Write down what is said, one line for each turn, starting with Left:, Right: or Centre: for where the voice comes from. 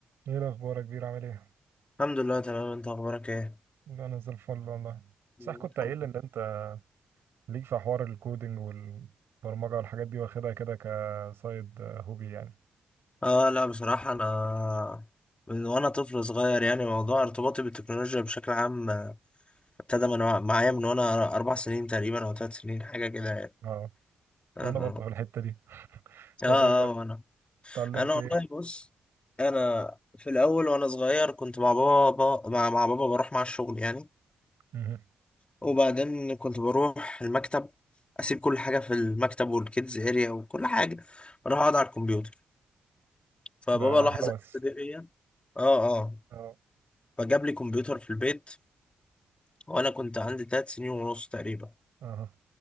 Right: ايه الاخبار يا كبير عامل ايه
Left: الحمد لله تمام انت اخبارك ايه
Right: انا زي الفل والله صح
Left: الحمد
Right: كنت قايل لي
Left: لله.
Right: ان انت ليك في حوار الكودينج والبرمجه والحاجات دي واخدها كده كسايد هوبي يعني
Left: اه لا بصراحة انا من وانا طفل صغير يعني موضوع ارتباطي بالتكنولوجيا بشكل عام آه، ابتدى من وع- معايا من وانا اربع سنين تقريبا او ثلاث سنين حاجة كده يعني
Right: اه
Left: اه
Right: انا
Left: اه
Right: برضه في الحته دي طب
Left: اه
Right: ايه بقى
Left: اه، وانا
Right: اتعلمت
Left: انا والله
Right: ايه
Left: بص انا في الاول وانا صغير كنت مع بابا مع, مع بابا بروح مع الشغل يعني
Right: مهم.
Left: وبعدين كنت بروح المكتب اسيب كل حاجة في المكتب والكيدز اريا وكل حاجة اروح اقعد على الكمبيوتر فبابا
Right: ده
Left: لاحظ
Right: هوس
Left: الحته دي فيا اه اه
Right: اه
Left: فجاب لي كمبيوتر في البيت وانا كنت عندي تلات سنين ونص تقريبا
Right: اه